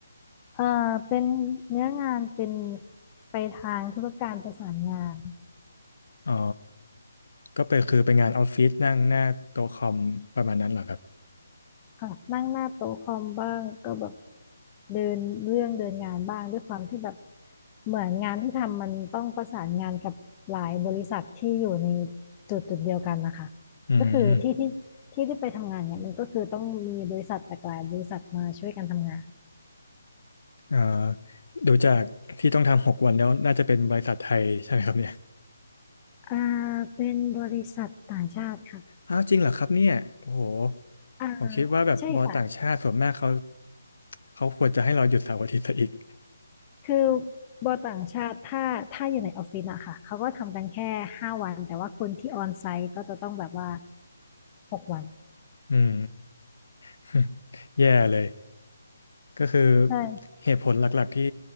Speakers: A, on the left; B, on the left.
A: เอ่าเป็นเนื้องานเป็นไปทางธุรการประสานงาน
B: อ๋อก็เป็นคือเป็นงานออฟฟิศนั่งหน้าโต๊ะคอมประมาณนั้นเหรอครับ
A: ค่ะนั่งหน้าโต๊ะคอมบ้างก็แบบเดินเรื่องเดินงานบ้างด้วยความที่แบบเหมือนงานที่ทำมันต้องประสานงานกับหลายบริษัทที่อยู่ในจุดจุดเดียวกันนะคะ
B: อืม
A: ก็คือที่ที่ที่ที่ไปทำงานเนี่ยมันก็คือต้องมีบริษัทจากหลายบริษัทมาช่วยกันทำงาน
B: เอ่อดูจากที่ต้องทำหกวันแล้วน่าจะเป็นบริษัทไทยใช่ไหมครับเนี่ย
A: อ่าเป็นบริษัทต่างชาติค่ะ
B: อ้าวจริงเหรอครับเนี่ยโอ้โห
A: อ่า
B: ผมคิดว่าแบบบอลต่างชาติส่วนมากเขา
A: ใช่ค่ะ
B: เขาควรจะให้เราหยุดเสาร์อาทิตย์ซะอีก
A: คือบอต่างชาติถ้าถ้าอยู่ในออฟฟิศอะค่ะเขาก็ทำกันแค่ห้าวันแต่ว่าคนที่ออนไซต์ก็จะต้องแบบว่าหกวัน
B: อืม <laughs> แย่เลยก็คือ
A: ใช่
B: เหตุผลหลักๆที่